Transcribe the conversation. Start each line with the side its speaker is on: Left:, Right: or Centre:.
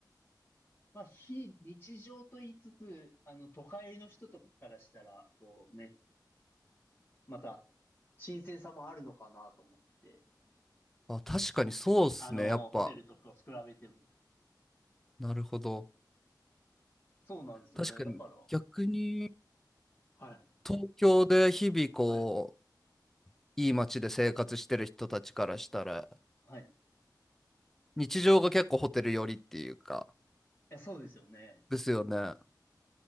Left: まあ、非日常と言いつつ、あの、都会の人とかからしたら、こう、め、また、新鮮さもあるのかなと思って、
Centre: あ、確かにそうっすね、
Left: あの、
Centre: やっぱ。
Left: ホテルとかを比べても。
Centre: なるほど。
Left: そうなんですよね。
Centre: 確かに、
Left: だから、は
Centre: 逆に、
Left: い、
Centre: 東京で日々こ
Left: はい、
Centre: う、いい街で生活してる人たちからしたら、
Left: はい。い
Centre: 日常が結構ホテル寄りっていうか、
Left: や、そうですよね。
Centre: ですよね。あ、